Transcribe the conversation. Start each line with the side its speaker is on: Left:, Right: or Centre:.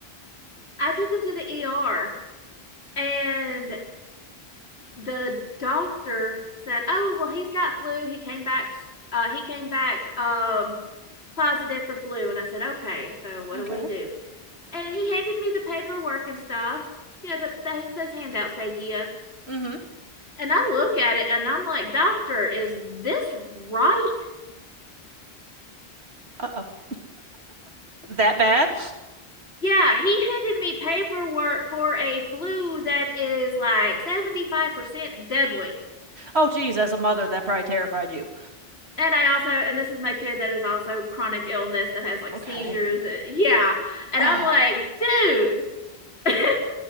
Left: I took him to the ER and the doctor said, "Oh, well he's got flu. He came back uh, he came back um, positive for flu." And I said, "Okay, so what
Right: Okay.
Left: do we do?" And he handed me the paperwork and stuff. You know, the, those, those handouts they give
Right: Mhm.
Left: And I look at it and I'm like, Doctor, is this right?
Right: Uh-oh. That bad?
Left: Yeah, he handed me paperwork for a flu that is like 75% deadly.
Right: Oh, geez, as a mother, that probably terrified you.
Left: And I also, and this is my kid that is also chronic illness that has like
Right: Okay.
Left: seizures. uh, Yeah. And
Right: Oh,
Left: I'm like, dude, <laughs> I